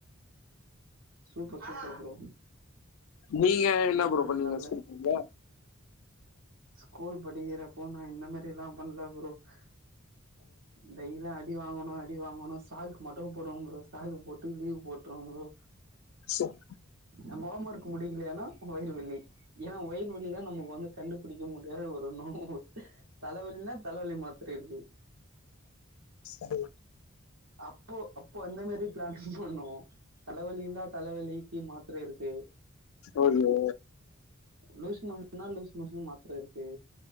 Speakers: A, on the right; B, on the left.
A: சூப்பர் சூப்பர் ப்ரோ
B: நீங்க என்ன
A: நல்லது
B: ப்ரோ பண்ணிங்க
A: நல்ல
B: ஸ்கூல்ல
A: ஸ்கூல் படிக்கிற போனா இந்த மாதிரி எல்லா பண்ணல ப்ரோ <unintelligible> அடி வாங்கனு அடி வாங்கணு சாக்கு மட்டும் போடுவோம் ப்ரோ சாக்கு போட்டு லீவ் போட்ருவ ப்ரோ
B: சரி
A: நம்ம ஹோம் வொர்க் முடியக்கலையன்னா வயிருவலி ஏன்னா வயிருவலி தான் நமக்கு வந்து கண்டு புடிக்க முடியாத ஒருண்ணோ தலைவலினா தலைவலி மாத்திரி இருக்கு
B: சரி
A: அப்போ அப்போ அந்த மாதிரி பிளான் பண்ணோம் தலைவலிய தான் தலைவலிக்கு மாத்திர இருக்கு
B: ஓகே
A: லூஸ் மோஷன்னா லூஷ் மோஷன்க்கு மாத்திர இருக்கு